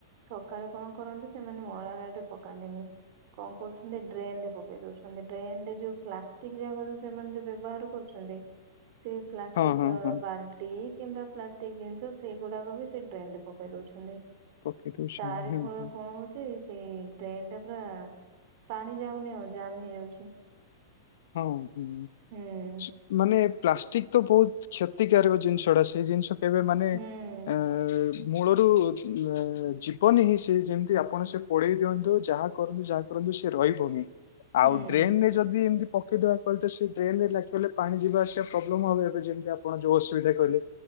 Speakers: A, on the right; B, on the left.
A: ସକାଳେ କଣ କରନ୍ତି ସେମ୍ ମାନେ ମଇଳା ଗାଡିରେ ପକାନ୍ତିନି କଣ କରୁଛନ୍ତି ଡ୍ରେନରେ ପକେଇ ଦଉଛନ୍ତି। ଡ୍ରେନରେ ଯୋଉ ପ୍ଲାଷ୍ଟିକ ଯାକ ଯୋଉ ସେମାନେ ଯୋଉ ବ୍ୟବହାର କରୁଛ ନ୍ତି, ସେ ପ୍ଲାଷ୍ଟିକ
B: ହଁ ହଁ ହଁ।
A: ବାଲ୍ଟି କିମ୍ବା ପ୍ଲାଷ୍ଟିକ ଜିନିଷ ସେଇଗୁଡାକ ବି ସେ ଡ୍ରେନରେ ପକେଇ ଦଉଛନ୍ତି।
B: ପକେଇ ଦଉଛନ୍ତି
A: ତାରି
B: ହଁ
A: ଫଳରେ
B: ହଁ
A: କଣ ହଉଛି ସେଇ ଡ୍ରେନଟା ପୁରା ପାଣି ଯାଉନି ଆଉ ଜାମ ହେଇଯାଉଛି।
B: ହଁ ହଁ ଆଚ୍ଛା।
A: ହୁଁ
B: ମାନେ ପ୍ଲାଷ୍ଟିକ୍ ତ ବହୁତ କ୍ଷତିକାରକ ଜିନିଷଟା ସେଇ ଜିନିଷ କେବେ ମାନେ
A: ହୁଁ
B: ଏଁ ମୂଳରୁ ଏଁ ଯିବନି ହିଁ ସେ ଯେମତି ଆପଣ ସେ ପୋଡେଇ ଦିଅନ୍ତୁ ଯାହା କରନ୍ତୁ ଯାହା କରନ୍ତୁ ସେ ରହିବନି।
A: ହୁଁ
B: ଆଉ ଡ୍ରେନରେ ଯଦି ଏମିତି ପକେଇଦବା କହିଲେ ତ ସେ ଡ୍ରେନ୍ ରେ ଲାଖିଗଲେ ପାଣି ଯିବା ଆସିବା ପ୍ରୋବ୍ଲେମ ହବ ଏବେ ଯେମତି ଆପଣ ଯୋଉ ଅସୁବିଧା କହିଲେ।